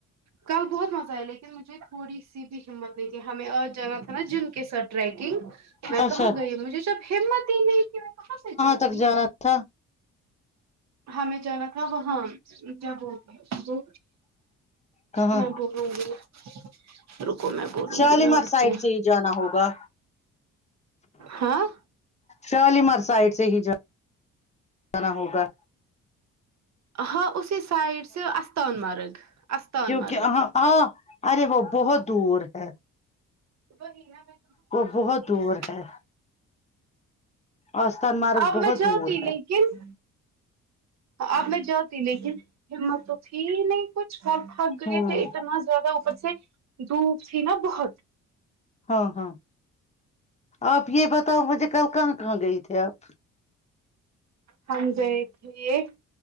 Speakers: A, on the right (about 60°); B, on the left (about 20°).
A: کل بہت مزہ آئے لیکن مجھے تھوڑی سی بھی ہمت کہ ہمیں اور جانا تھا نا جم کے ساتھ ٹریکنگ میں
B: اچھا
A: کہاں گئی مجھے جب ہمت ہی نہیں تھی میں کہاں سے جاتی
B: تک جانا تھا
A: ہمیں جانا تھا وہاں جب وہ وہ
B: کہاں
A: میں بولوں گی نہ رکو میں بولوں
B: شالیمار
A: گی نا آپ
B: سائڈ
A: کو
B: سے ہی جانا ہوگا
A: ہاں
B: شالیمار سائڈ سے ہی ج جانا ہوگا
A: ہاں اسی سائڈ سےآستان مارگ آستان
B: کیونکہ
A: مارگ
B: ہاں ہاں ارے وہ بہت دور ہے
A: وہیں ہے میں کہاں سے
B: وہ بہت
A: جلتی
B: دور
A: اسی
B: ہے آستان مارگ
A: اب
B: بہت
A: میں جاتی
B: دور ہے
A: لیکن اب میں جاتی لیکن ہمت تو تھی نہیں کچھ پ تھک گئے
B: ہوں
A: تھے اتنا زیادہ اوپر سے دھوپ تھی نا بہت
B: ہاں ہاں آپ یہ بتاؤ مجھے کل کہاں کہاں گئی تھے آپ
A: ہم گئے تھے